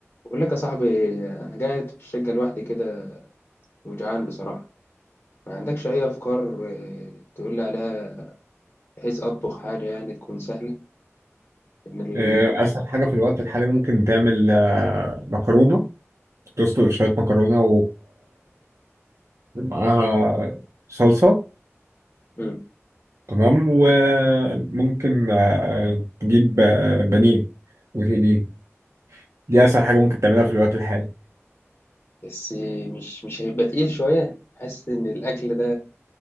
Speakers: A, on the left; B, on the right.
A: بقول لك يا صاحبي انا قاعد في الشقه لوحدي كده وجعان بصراحه ما عندكش اي افكار آه، تقول لي عليها بحيث اطبخ حاجه يعني تكون سهله ان ال...
B: آه، اسهل حاجه في الوقت الحالي ممكن تعمل آه، مكرونه تسلق شويه مكرونه ومعاها صلصه
A: مم.
B: تمام وممكن آه، تجيب آه، بانيه وتقليه دي اسهل حاجه ممكن تعملها في الوقت الحالي
A: بس مش مش هيبقى تقيل شويه حاسس ان الاكل ده